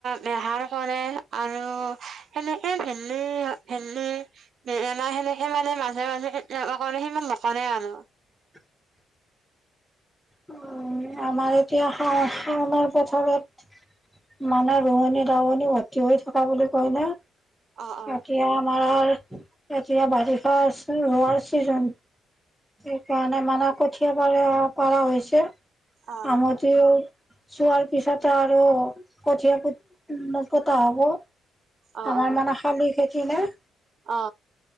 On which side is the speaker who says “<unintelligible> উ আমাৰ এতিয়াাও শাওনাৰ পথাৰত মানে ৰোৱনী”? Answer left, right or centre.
Centre